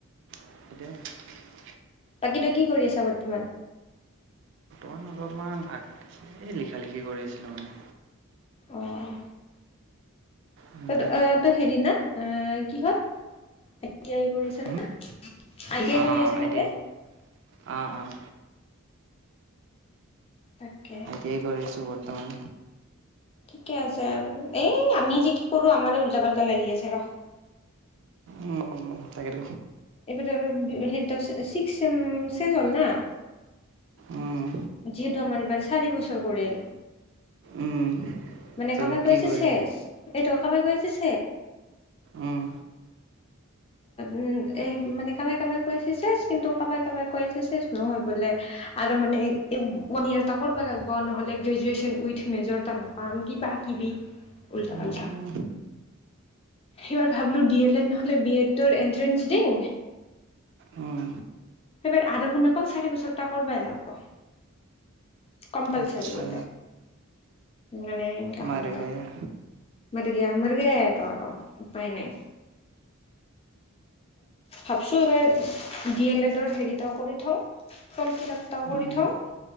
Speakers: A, on the right; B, on the left.
A: <unintelligible>
B: বাকী তো কি কৰি আছা বৰ্তমান
A: অণ অলপমান আ লিখা লিখি কৰি আছিলোঁ মানে
B: অঁ
A: উম,
B: তই অ তই হেৰি না এ কিহত আই তি আই কৰি আছা
A: হুম?
B: না আই তি আই
A: অ'
B: কৰি আছা না
A: টি
B: তই
A: আই। অ' অ'।
B: তাকে
A: আই তি আই ৰি আছো বৰ্তমান
B: তিকে আছে এই আমি যে কি কৰো আমাৰ উল্টা পাল্টা লাগি আছে ৰ
A: উম উম উম তাগৰ
B: এইবাৰ হেৰিত চিক্স শে হ'ল না
A: উম,
B: যিহেতু আমাৰ এইবাৰ চাৰি বছৰ কৰিল
A: উম।
B: মানে
A: তালে
B: কাৰোবাৰ
A: কি
B: কৈছে
A: কৰে?
B: চেষ এইটো কাৰোবাৰ কৈছে তাৰপিছত
A: উম,
B: উ এ মানে কাব কাব কৈছেে কিন্তু ক কাবাই কৈছেেষ নহয় বোলে আৰু মানে ওৱান ইয়ৰ এটা কৰিব লাগিব নহলে গ্ৰেজুৱেচন উই মেজৰটা পাম কি বা কিব উল্টা
A: উম,
B: পাল্টা এইবাৰ ভাবলো ড এড এড নহলে বি এডৰ এনট্ৰেন্স দিম
A: উম।
B: সবাৰ আ শু নাপাং চাৰি বছৰটা কৰবাই লাগিব কম্পালচাৰী
A: আচ্ছা।
B: বলে মানে এনেকা
A: মাৰে
B: হ'ল আৰু
A: গায়া।
B: মাৰগে মাৰগেটো আৰু উপায় নাই ভাবছো এইবাৰ ডি এল এডৰ থ ফ ফ
A: উম,
B: থওঁ